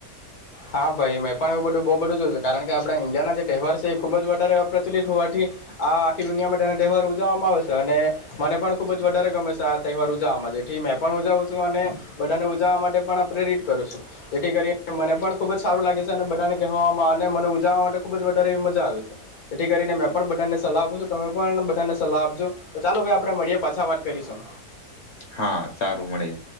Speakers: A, on the left (about 80°); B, on the left (about 55°).
A: હા ભાઈ મેં પણ એવું બધું બહુ બધું છે કારણ કે આપણા ઇન્ડિયાના જે તહેવાર છે એ ખૂબ જ વધારે પ્રચલિત હોવાથી આ આખી દુનિયા માટેના તહેવાર ઉજવવામાં આવેશે અને મને પણ ખુબ જ વધારે ગમે છે આ તહેવાર ઉજવવામાં જેથી મે પણ ઉજવું છું અને બધાને ઉજવવા માટે પણ પ્રેરિત કરું છું જેથી કરી મને પણ ખુબ જ સારું લાગે છે અને બધાને કહેવામાં અને મને ઉજાવા માટે ખુબ જ વધારે મજા આવે છે તેથી કરીને મેં પણ બધાને સલાહ આપું છું તમે પણ બધાને સલાહ આપજો તો ચાલો ભાઈ આપણે મળીએ પાછા વાત કરીશું.
B: હા સારું મળીએ.